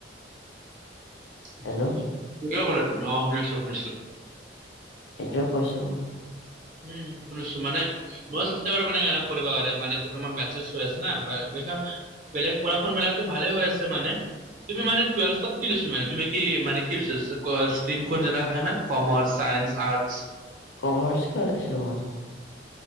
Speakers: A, on the left (about 80°); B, on the right (about 45°).
A: হেল্ল'
B: উম', কিয় ক'লে ত', - অ', শুনিছোঁ শুনিছোঁ',
A: সেইটোৱে কৈছোঁ',
B: উম', -উম', শুনিছোঁ মানে', মই চেষ্টা কৰোঁ, মানে পঢ়িব কাৰণে মান ত', -মোৰ বেচেছ হৈ আছে ন বা', বেকাৰ অহ', বেলেগ পঢ়া-শুন বিলাকতো ভালে হৈ আছে মানে', তুমি মানে টুৱেলফত কি লৈছোঁ, মানে তুমি কি মানে কি লৈছা ষ্টমখন যেনেকা থাকে না? Commerce, science, arts',?
A: কমাৰ্চকে লৈছোঁ মই',